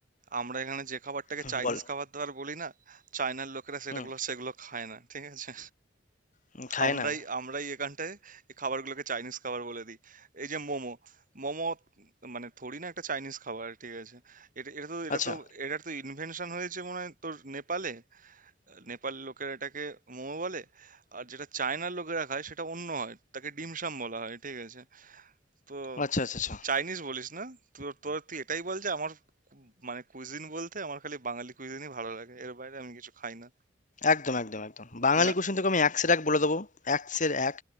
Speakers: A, on the right; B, on the left.
A: আমরা এখানে যে খাবারটাকে
B: হুম,
A: চাইনিজ
B: বল।
A: খাবার দাবার বলি না চায়নার লোকেরা সেটাগুলো
B: হুম,
A: সেগুলো খায় না ঠিক আছে
B: হুম, খায়
A: আমরাই
B: না।
A: আমরাই এখানটায় এই খাবারগুলোকে চাইনিজ খাবার বলে দিই এই যে মোমো মোমো মানে থোড়ি না একটা চাইনিজ খাবার ঠিক আছে এটা এটা তো এটা
B: আচ্ছা,
A: তো এটার তো ইনভেনশন হয়েছে মনে হয় তোর নেপালে নেপাল লোকেরা এটাকে মোমো বলে আর যেটা চায়নার লোকেরা খায় সেটা অন্য হয় তাকে ডিমসাম বলা হয় ঠিক আছে তো
B: আচ্ছা, আচ্ছা, আচ্ছা।
A: চাইনিজ বলিস না তোর তোর তুই এটাই বল যে আমার কু- মানে কুইজিন বলতে আমার খালি বাঙালি কুইজিনই ভালো লাগে এর বাইরে আমি কিছু খাই না
B: একদম একদম একদম বাঙালি
A: না
B: কুসিন তোকে আমি একসের এক বলে দেবো একসের এক